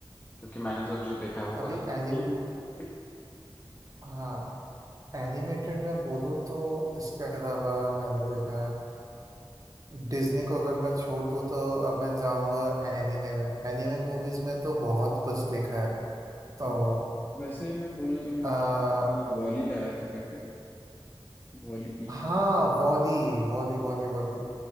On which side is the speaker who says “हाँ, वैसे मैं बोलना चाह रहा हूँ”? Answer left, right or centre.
Left